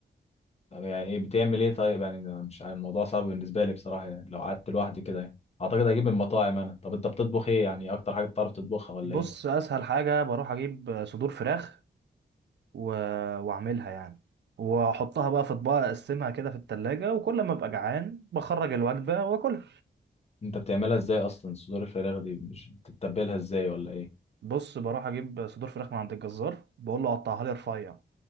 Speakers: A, on the left (about 35°); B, on the right (about 70°).
A: طب يعني ايه بتعمل ايه طيب يعني أنا مش عارف الموضوع صعب بالنسبه لي بصراحه يعني لو قعدت لوحدي كده يعني اعتقد هجيب من المطاعم انا طب انت بتطبخ ايه يعني اكتر حاجه بتعرف تطبخها ولا
B: بص
A: ايه
B: اسهل حاجه بروح اجيب صدور فراخ و... واعملها يعني واحطها بقى في اطباق اقسمها كده في التلاجة وكل ما ابقى جعان بخرج الوجبة واكلها
A: انت بتعملها ازاي اصلا صدور الفراخ دي مش بتتبلها ازاي ولا ايه
B: بص بروح اجيب صدور فراخ من عند الجزار بقول له قطعها لي رفيع